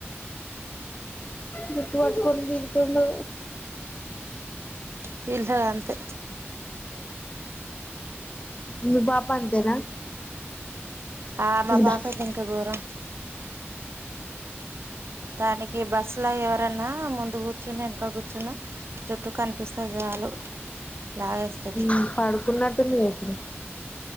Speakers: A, on the left; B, on the right.
A: జుట్టు <unintelligible> తిడుతుండూ
B: పీల్చధి అంతే
A: మీ పాప అంతేనా
B: ఆ మా పాపైతే
A: దా
B: ఇంకా ఘోరం. తనకి బస్ ఇట్లా ఎవరన్నా ముందు కూర్చున్నా వెనక కూర్చున్నా జుట్టు కనిపిస్తే చాలు. లాగేస్తది
A: ఊ పడుకున్నట్టుందిగా ఇప్పుడు.